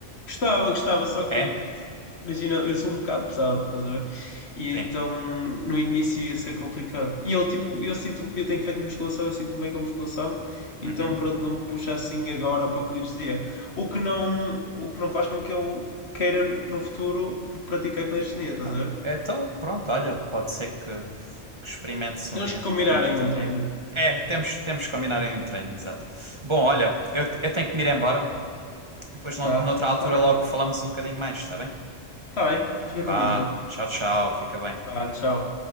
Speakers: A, on the left (about 80°); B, on the right (about 25°).
A: gostava, gostava, só que
B: É?
A: imagina, eu sou um bocado pesado, estás a ver? E
B: Sim.
A: então no início ia ser complicado. E ele, tipo, eu sinto, eu tenho feito musculação, eu sinto bem com musculação, então
B: Uhum.
A: pronto, não me puxa assim agora para calistenia. O que não, o que não faz com que eu queira no futuro praticar calistenia, estás
B: Ah,
A: a ver?
B: então, pronto, olha, pode ser que, que experimente-se
A: Temos
B: um dia.
A: que combinarem
B: Experimente
A: um
B: um dia.
A: treino,
B: É, temos, temos que combinar em um treino, exato. Bom, olha, eu, eu tenho que me ir embora. Depois, nout-
A: tá?
B: noutra altura,
A: Tá bem,
B: logo falamos um bocadinho mais, está bem?
A: tá bem, fica
B: Vá,
A: combinado.
B: tchau, tchau, fica bem.
A: Ah, tchau.